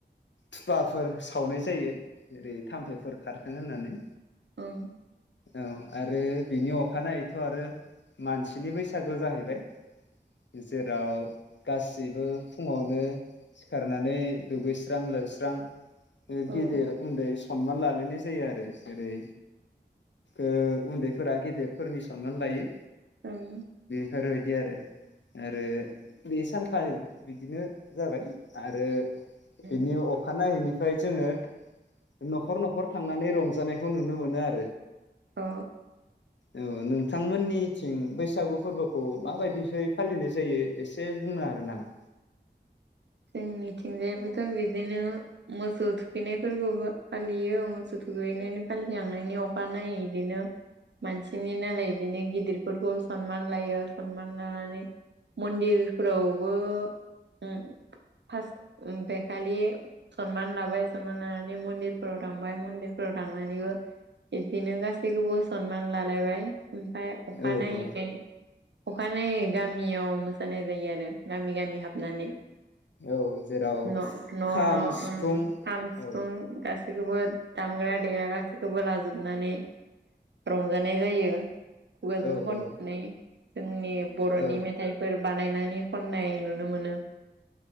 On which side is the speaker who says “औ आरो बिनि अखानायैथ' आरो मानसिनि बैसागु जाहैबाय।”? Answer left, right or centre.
Left